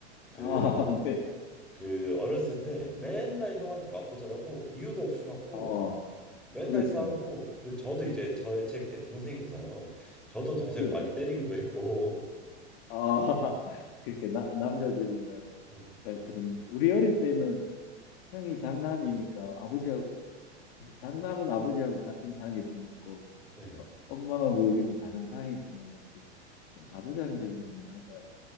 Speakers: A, in the centre; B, on the left.
A: 그
B: 아, <laughs> 네.
A: 그 어렸을 때 맨날 형한테 맞고 자라고 이유도 없이 맞고
B: 어,
A: 맨날
B: 그렇죠.
A: 싸우고 그리고 저도 이제 저의 제 밑에 동생이 있잖아요. 저도 동생
B: 예.
A: 많이 때리기도 했고.
B: 아, <laughs> 그러니까 나, 남자들이나
A: <laughs> 네.
B: 예, 그렇네요. 우리 어릴 때는 형이 장남이니까 아버지하고 장남은 아버지하고 같은 상에서 먹고
A: 네.
B: 엄마하고 우리는 다른 상에서 먹었던 가부장적인 문화가